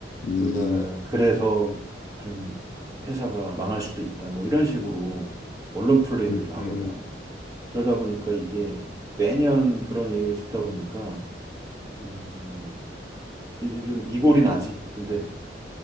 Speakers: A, on the left (about 45°); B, on the right (about 20°).
A: 음,
B: 우리가 그래서 좀 회사가 망할 수도 있다 뭐 이런 식으로 언론 플레이를
A: 음,
B: 좀 하거든.
A: 음.
B: 그러다 보니까 이게 매년 그런 얘기를 듣다 보니까 음, 이게 좀 이골이 나지. 근데